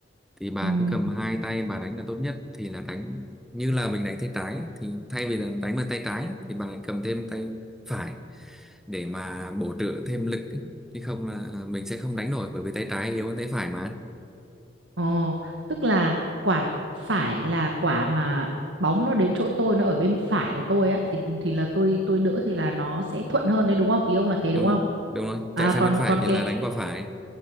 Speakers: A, in the centre; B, on the right.
A: Thì bà
B: Ừ.
A: cứ cầm hai tay bà đánh là tốt nhất thì là đánh như là mình đánh tay trái ấy, thì thay vì là đánh bằng tay trái ấy, thì bà cầm thêm tay phải để mà bổ trợ thêm lực chứ không là mình sẽ không đánh nổi bởi vì tay trái yếu hơn tay phải mà.
B: Ồ, tức là quả phải là quả mà bóng nó đến chỗ tôi nó ở bên phải của tôi á thì thì là tôi tôi đỡ thì là nó sẽ thuận hơn đấy đúng không? Ý ông là thế
A: Đúng
B: đúng không?
A: rồi, đúng rồi.
B: À
A: Chạy sang
B: còn
A: bên phải
B: còn
A: thì là
B: cái
A: đánh qua phải.